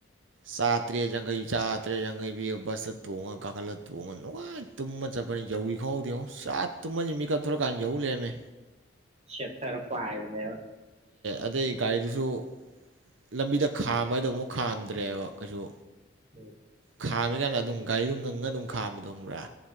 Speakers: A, on the right; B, on the right.
A: ꯆꯥꯇ꯭ꯔꯦꯠ ꯌꯥꯡꯈꯩ ꯆꯥꯇ꯭ꯔ‌ꯦꯠ ꯌꯥꯡꯈꯩ ꯄꯤ ꯕꯁꯇ ꯊꯣꯡꯉ ꯀꯥꯈꯠꯂ ꯊꯣꯡꯉ ꯅꯨꯡꯉꯥꯏ ꯇꯨꯝꯃ ꯆꯠꯄꯅꯤ ꯌꯧꯈꯤ ꯈꯪꯍꯧꯗ‌ꯦ ꯌꯦꯉꯛ ꯆꯥ ꯇꯨꯝꯃꯅꯤ ꯃꯤ ꯀꯞꯊꯣꯔꯀꯥꯟꯗ ꯌꯧ ꯂꯔꯃꯦ
B: ꯁꯦꯊꯔ ꯄꯥꯏꯕꯅꯦꯕ
A: ꯑꯗꯩ ꯒꯥꯔꯤꯗꯨꯁꯨ ꯂꯝꯕꯤꯗ ꯈꯥꯝꯕ ꯗꯣ ꯑꯃꯨꯛ ꯈꯥꯝꯗ꯭ꯔꯦꯕ ꯀꯩꯁꯨ
B: ꯎꯝ
A: ꯈꯥꯝꯃꯤꯀꯥꯟꯗ ꯑꯗꯨꯝ ꯒꯥꯔꯤꯗꯨꯣ ꯉꯪꯉ ꯑꯗꯨꯝ ꯈꯥꯝꯕꯗ‌ꯣ ꯈꯪꯕ꯭ꯔꯥ